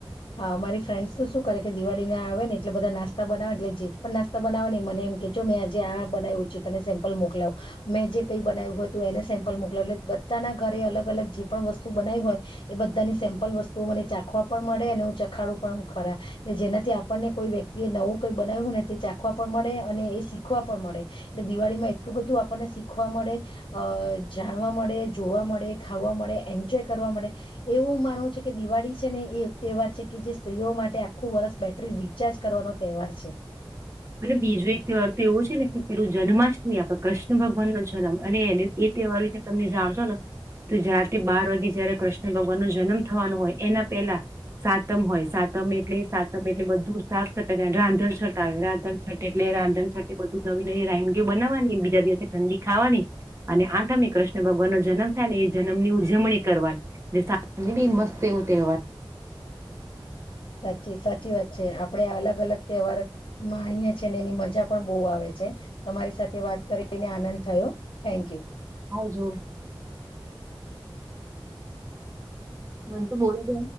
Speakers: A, on the left; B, on the right.
A: હા, મારી ફ્રેન્ડ્સ તો શું કરે કે દિવાળી ના આવે, ને એટલે બધા નાસ્તા બનાવે એટલે જે પણ નાસ્તા બનાવે ને મને એમ કેજો મેં આજે આ બનાવ્યું છે, તને સેમ્પલ મોકલાવ મેં જે કઈ બનાવ્યું હોય, તો એને સેમ્પલ મોકલાવ એટલે બધાના ઘરે અલગ અલ જે પણ વસ્તુ બનાવી હોય, એ બધાની સેમ્પલ વસ્તુઓ મને ચાખવા પણ મળે. હું, ચખાડું પણ ખરાલે જેનાથી આપણને કોઈ વ્યક્તિ એ નવું કઈ, બનાવ્યું ને તે ચાખવા પણ મળે અને એ શીખવા, પણ મળે એટલે દિવાળી માં એટલું બધું આપણને શીખવા, મળે અ જાણવા મળે જોવા, મળે ખાવા મળે એન્જોય કરવા મળે એવું માનવું છે કે દિવાળી છે ને એ. તહેવાર છે, કે જે સ્ત્રીઓ માટે આખું વર્ષ બેટરી રિચાર્જ, કરવાનો તહેવાર છે.
B: અને બીજો એક તહેવાર તો એવો છે, ને કે પેલું જન્માષ્ટમી, આપે કૃષ્ણ ભગવાન નો જન્મ અને એ તહેવાર તમે જાણશો, ને તો જાતે બાર વાગે જયારે કૃષ્ણ ભગવાન, ન જન્મ થવાનો હોય એના પેલા સાતમ હોય સાતમ એટલે સાતમ, એટલે બધું સાફ સટ રાંધણ છટાવે. રા છ, એટલે રાંધણ છટ, એ બધું નવી નવી રાનગીઓ બનાવાની બીજા, દિવસે ઠંડી ખાવાની અને આઠમી કૃષ્ણ ભગવાન નો જન્મ થાય, ને એ જન્મ, ની ઉજવણી કરવાની એ મસ્ત એવું તહેવાર.
A: સાચી, સાચી વાત છે. છે, આપડે અલગ અલગ તહેવાર માણીયે છ, છે, અને એની મજા પણ બહ આવે છે. તમારી, સાથે વાત કરી. તેને આનંદ થયો, થેન્ક યુ.
B: હજ. મને, તું બોલો દે.